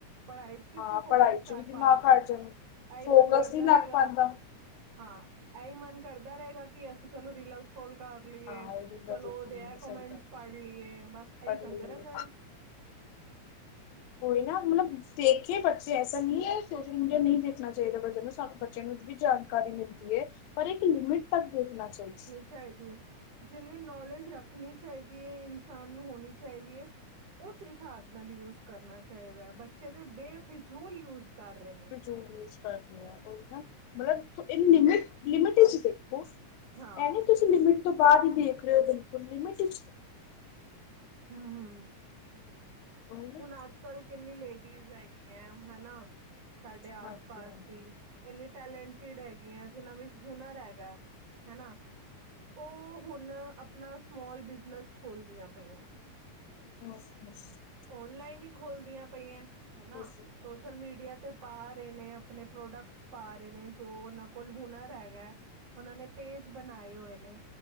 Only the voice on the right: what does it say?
ਪੜਾਈ ਚ ਕਿੱਥੇ
ਫੋਕਸ
ਕਾਰ
ਪਾਨਗੇ,
ਐਈ
ਮਨ ਕਰਦਾ
ਰੇਗਾ
ਹਾਂ, ਐਈ ਮਾਨ ਕਰਦਾ ਰੇਗਾ ਕਿ ਅਸੀਂ ਚਲੋ ਰੀਲਾ ਕੋਲ ਕਾਰ ਲੀਏ
ਚਲੋ ਓਦੇ
ਐ ਕੋਮੈਂਟਸ
ਪਾੜ ਲੀਏ, ਬਾਸ ਐਈ
ਕਰਦੇ
ਰੈਂਨੇ ਐ। <inaudible>
ਚਾਈਦੀ ਏ, ਜਿੰਨੀ ਨੋਲੇਜ ਰੱਖਨੀ ਚਾਈਦੀ ਏ ਇਨਸਾਨ ਨੂੰ ਹੋਨੀ ਚਾਈਦੀ ਏ ਓਸ ਹਿਸਾਬ ਨਾਲ ਯੂਜ ਕਰਨਾ ਚਾਈਦੈ, ਬੱਚੇ ਤੇ ਬੇਫਿਜੂਲ ਯੂਜ਼ ਕਾਰ ਰੇ ਨੇ।
ਹਾਂ
ਹੂੰ-ਹੂੰ।
ਹੁਨ ਆੱਜ-ਕੱਲ ਕਿਨੀ ਲੇਡੀਜ਼ ਹੈਗੀ ਐਂ ਹੈਨਾ, ਸਾਡੇ ਆਸ-ਪਾਸ
ਵੀ ਐਨੀ ਟੈਲੈਂਟਿੜ ਹੈਗੀਐਂ ਜਿਨਾਂ ਵਿੱਚ ਹੁਨਰ ਹੈਗਾ ਹੈਨਾ, ਓ ਹੁਨ ਅਪਣਾ ਸਮੌਲ ਬਿਜ਼ਨਸ ਖੋਲਦੀਆਂ ਪਈਆਂ
ਓਨਲਾਈਨ ਈ ਖੋਲਦੀਯਾਂ ਪਈਐਂ? ਹਨਾ,
ਸੋਸਲ ਮੀੜੀਆ ਤੇ ਪਾ ਰੇ ਨੇੇ ਆਪਨੇ ਪ੍ਰੋਡਕਟ ਪਾ ਰੇ ਨੇ ਜੋ ਓਨਾਂ ਕੋਲ ਹੁਨਰ ਹੈਗੈ, ਓਨਾਂ ਨੇ ਪੇਜ ਬਨਾਏ ਹੋਏ ਨੇ।